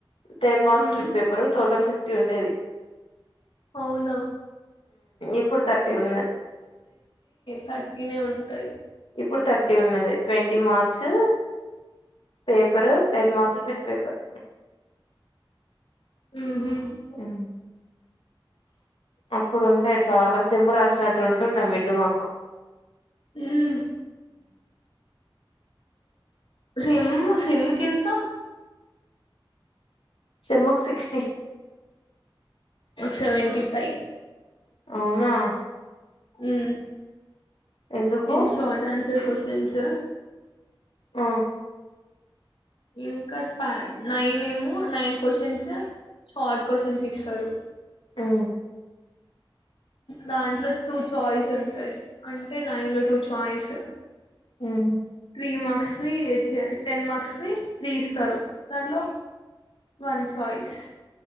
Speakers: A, on the left; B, on the left.
A: ten marks
B: um
A: bit paper total fifty ఉండేది
B: అవునా
A: ఇప్పుడు థర్టీ ఉన్నది
B: థర్టీ నే ఉంటాయి
A: ఇప్పుడు థర్టీ ఉన్నది twenty marks paper ten marks bit paper
B: ఉహు
A: ఆ అప్పుడు ఉండే చాలా సెమ్ము రాసినట్టు ఉంటుండ మిడ్ మాకు
B: ఉమ్ సేమ్ సేమ్ కి ఎంత
A: సెమ్ము కి సిక్స్టీ
B: సెవెటీ ఫైవ్
A: అవునా
B: అ
A: ఎందుకు
B: టన్ షార్ట్ ఆన్సర్ క్యూషన్స్ విష స
A: ఆ
B: ఇంకా నైన్ ఏమో నైన్ క్యూషన్స్ షార్ట్ క్యూషన్స్ ఇస్తారు
A: ఆ
B: దాంట్లో టూ చాయిస్ ఉంటాయి అంటే నైన్ లో two choice
A: um
B: three marks వి టెన్ మార్క్స్ వి త్రీ ఇస్తారు దాంట్లో వన్ చాయిస్.